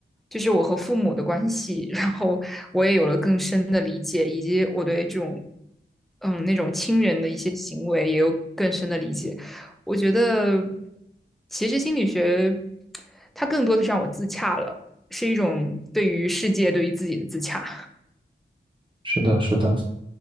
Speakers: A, in the centre; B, on the right (about 25°).
A: 就是我和父母的关系，<laughs> 然后我也有了更深的理解，以及我对这种嗯那种亲人的一些行为也有更深的理解。我觉得其实心理学它更多的是让我自洽了。是一种对于世界、对于自己的自洽。
B: 是的，是的，